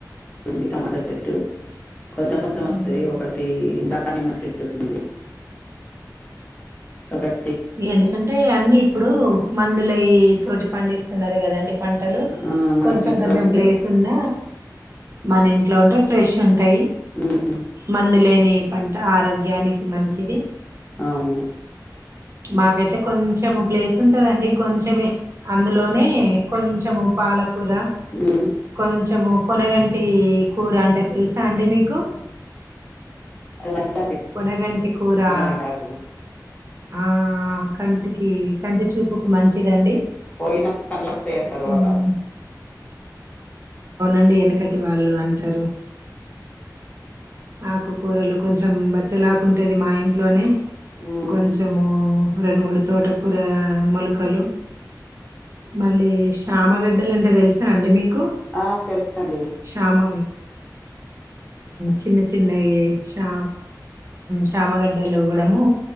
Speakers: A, on the left; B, on the right.
A: త టమాట చెట్ ట్టు కొంచెం కొంచెం
B: అండి
A: వస్తయి ఒకటి ద దానిమ్మ చెట్టు ఉంది ఒకట్
B: ఎందుకంటే అన్ని ఇప్పుడు మందు లే తోటి పండిస్తున్నారు కదండి పంటలు
A: ఆ మన
B: కొంచెం
A: ఇంట్లో
B: కొంచెం
A: ఉంటే
B: ప్లేస్ ఉన్న మన ఇంట్లో ఉంటే ఫ్రెష్ ఉంటు అ
A: ఉమ్
B: మందులే న పంట ఆరోగ్యానికి మంచిది
A: అవును
B: మాకైతే కొంచెము ప్లేస్ ఉంటదండి కొంచమే అందులోనే కొంచెము పాలకు కూర
A: ఉమ్
B: కొంచ్ ము పొనగంటి కూర అంటే తెలుసా అండి మీకు
A: అది మంచిదండి
B: పొనగంటి కూరా
A: పొనగంటాకు
B: ఆ కంటికి కంటి చూపుకు మంచిదండి
A: పోయినా కళ్లస్తాయింటారు వా
B: మ్మ్ అ వెనకటి వాళ్ళు అంటారు ఆకుకూరలో కొంచెం కొంచెం బచ్చలాకుంటేది మా ఇంట్లోనే
A: ఉమ్
B: కొంచెము రెండు మూడు తోటకూర మొలకలు మళ్ళీ శామగడ్డలుంటే తెలుసా అండి మీకు
A: ఆ తెలుసుకోండి
B: శ్యామ చిన్న చిన్నగ షా శామగడ్డలు కూడాము